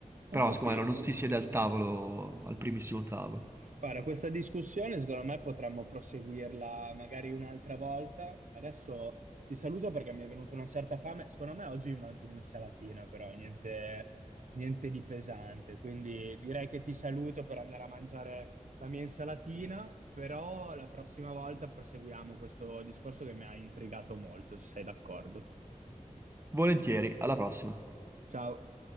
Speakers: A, on the right (about 70°); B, on the right (about 20°).
A: ho
B: Però
A: capito,
B: secondo me no, non si
A: ho
B: siede
A: capito.
B: al tavolo, al primissimo tavolo.
A: Guarda, questa discussione secondo me potremmo proseguirla magari un'altra volta. Adesso ti saluto perché mi è venuta una certa fame. Secondo me oggi mi mangio un'insalatina, però niente, niente di pesante. Quindi direi che ti saluto per andare a mangiare la mia insalatina, però la prossima volta proseguiamo questo discorso che mi ha intrigato molto, se sei d'accordo.
B: Volentieri, alla prossima.
A: Ciao.